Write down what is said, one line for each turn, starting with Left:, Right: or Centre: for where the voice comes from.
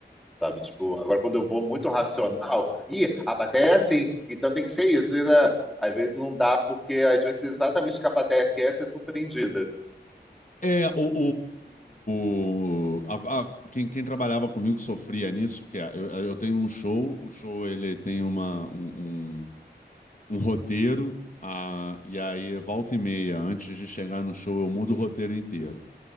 Centre: sabe? Tipo, agora quando eu vou muito racional, ih, a plateia é assim, então tem que ser isso. né? Às vezes não dá, porque às vezes exatamente o que a plateia quer é ser surpreendida.
Left: É. É, o, o, o- a- a- quem, quem trabalhava comigo sofria nisso, que é, eu, eu tenho um show, o show ele tem uma, um, um- um roteiro, ah, e aí volta e meia, antes de chegar no show, eu mudo o roteiro inteiro.